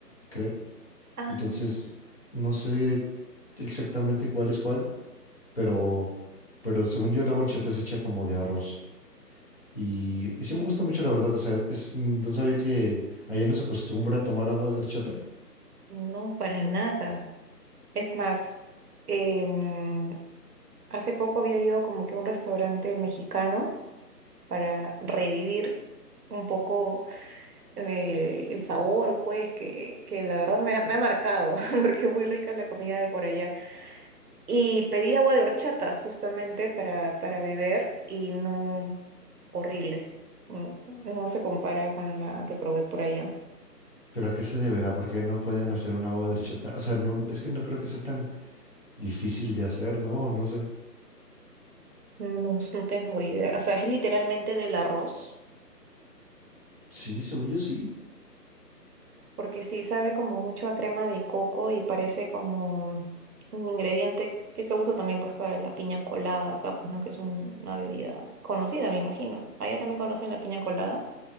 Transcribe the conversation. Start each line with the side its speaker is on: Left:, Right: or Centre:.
Left: creo.
Right: Ah,
Left: Entonces, no sé exactamente cuál es cuál, pero, pero según yo la horchata es hecha como de arroz. Y, y sí
Right: sí.
Left: me gusta mucho, la verdad. O sea, es- no sabía que allá no se acostumbra a tomar agua de horchata,
Right: No, para nada. Es más, em, hace poco había ido como que a un restaurante mexicano para revivir un poco eh, el sabor, pues, que, que la verdad me, ha me ha marcado, <laughs> porque es muy rica la comida de por allá. Y pedí agua de horchata justamente para, para beber y no, horrible. Mm, No se compara con la que probé por allá.
Left: pero ¿a qué se deberá? ¿Por qué no pueden hacer un agua de horchata? O sea, no, es que no creo que sea tan difícil de hacer, ¿no? No sé.
Right: No, no tengo idea. O sea, es literalmente del arroz.
Left: Sí, según yo sí.
Right: porque sí sabe como mucho a crema de coco y parece como un ingrediente que se usa también pues para la piña colada acá, pues no, que es un- una bebida conocida, me imagino. Allá también conocen la piña colada.